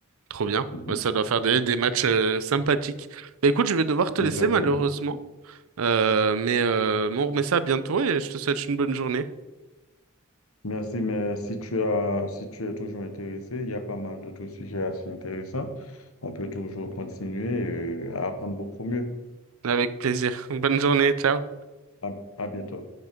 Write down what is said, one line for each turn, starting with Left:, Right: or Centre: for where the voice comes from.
Right: Trop bien.
Left: Mhm.
Right: Ouais, Ça doit faire des, des matchs euh, sympathiques. Bah, écoute, je vais devoir te
Left: Exactement.
Right: laisser malheureusement. Euh, mais euh, mais on remet ça bientôt et je te souhaite une bonne journée.
Left: Merci, mais si tu as, si tu es toujours intéressé, il y a pas mal d'autres sujets assez intéressants. On peut toujours continuer euh, à apprendre beaucoup mieux.
Right: Avec plaisir. <laughs> Bonne journée, ciao.
Left: À, à bientôt.